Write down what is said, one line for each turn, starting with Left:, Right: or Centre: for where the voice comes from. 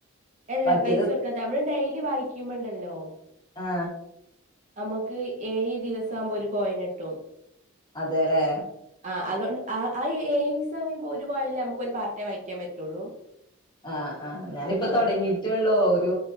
Right: എല്ല
Left: മറ്റത്
Right: പൈസ കൊടുക്കാത്തെ നമ്മള് ഡെയ്ലി വായിക്കുമ്പണ്ടല്ലോ
Left: ആ
Right: നമ്മക്ക് ഏയ് ദിവസാവുമ്പോ ഒരു കോയിന് കിട്ടും
Left: അതെ ലെ
Right: ആ അതോണ്ട് ആ ആ ഏയീസയ്യുമ്പോ ഒരു കോയില് നമ്മക്ക് ഒരു പാർട്ടേ വായിക്കാൻ പറ്റുള്ളൂ
Left: ആ ആ ഞാനിപ്പോ
Right: ആഹ്
Left: തൊടങ്ങിറ്റൊള്ളൂ ഒരു